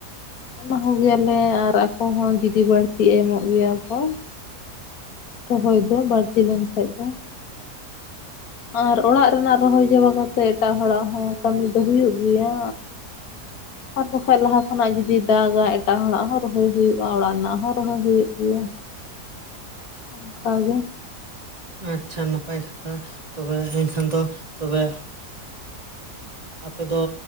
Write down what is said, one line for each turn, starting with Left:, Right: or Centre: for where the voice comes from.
Left: ᱮᱢᱟ ᱠᱚ ᱜᱮᱭᱟᱞᱮ, ᱟᱨ ᱟᱠᱚ ᱦᱚᱸ ᱡᱩᱫᱤ ᱵᱟᱲᱛᱤ ᱮᱢᱚᱜ ᱜᱮᱭᱟ ᱠᱚ, ᱨᱚᱦᱚᱭ ᱫᱚ ᱵᱟᱲᱛᱤ ᱞᱮᱱᱠᱷᱟᱡ ᱫᱚ ᱟᱨ ᱚᱲᱟᱜ ᱨᱮᱱᱟᱜ ᱨᱚᱦᱚᱭ ᱪᱟᱵᱟ ᱠᱟᱛᱮᱫ, ᱮᱴᱟᱜ ᱦᱚᱲᱟᱜ ᱦᱚᱸ ᱠᱟᱢᱤ ᱫᱚ ᱦᱩᱭᱩᱜ ᱜᱮᱭᱟ᱾ ᱟᱨ ᱵᱟᱠᱷᱟᱡ ᱞᱟᱦᱟ ᱠᱷᱚᱱᱟᱜ ᱡᱩᱫᱤ ᱫᱟᱜᱟ, ᱮᱴᱟᱜ ᱦᱚᱲᱟᱜ ᱦᱚᱸ ᱨᱚᱦᱚᱭ ᱦᱩᱭᱩᱜ-ᱟ᱾ ᱚᱲᱟᱜ ᱨᱮᱱᱟᱜ ᱦᱚᱸ ᱨᱚᱦᱚᱭ ᱦᱩᱭᱩᱜ ᱜᱮᱭᱟ᱾
Right: <inaudible>
Left: ᱚᱝᱠᱟᱜᱮ
Right: ᱟᱪᱪᱷᱟ ᱱᱟᱯᱟᱭ ᱠᱟᱛᱷᱟ, ᱛᱚᱵᱮ ᱮᱱᱠᱷᱟᱱ ᱫᱚ ᱛᱚᱵᱮ ᱟᱯᱮ ᱫᱚ